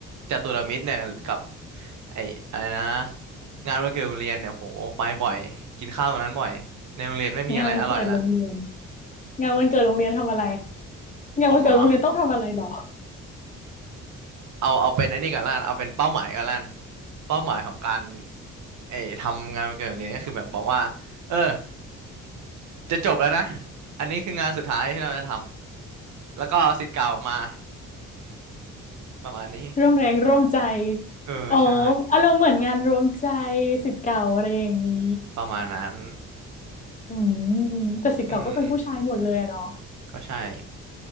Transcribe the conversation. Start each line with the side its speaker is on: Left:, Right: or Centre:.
Right: จตุรมิตรเนี่ยกับไอ้อะไรนะงานวันเกิดโรงเรียนเนี่ยโหไปบ่อยกินข้าวตรงนั้นบ่อยในโรงเรียนไม่มีอะไรอร่อยละ
Left: งานวันเกิดโรงเรียนงานวันเกิดโรงเรียนทำอะไรงานวันเกิดโรงเรียนต้องทำอะไรหรอ
Right: ผมอ๋อเอาเอาเป็นไอ้นี่ก่อนละกันเอาเป็นเป้าหมายก่อนละกันเป้าหมายของการไอ้ทำงานวันเกิดโรงเรียนก็คือแบบบอกว่าเออจะจบแล้วนะอันนี้คืองานสุดท้ายที่เราจะทำแล้วก็เอาศิษย์เก่ามาประมาณนี้
Left: ร่วมแรงร่วมใจ
Right: เออใช่
Left: อ๋ออารมณ์เหมือนงานรวมใจศิษย์เก่าอะไรอย่างนี้
Right: ประมาณนั้น
Left: อืมแต่ศิษย์เก่าก็เป็นผู้ชายหมดเลยอะเนาะ
Right: อืม ก็ใช่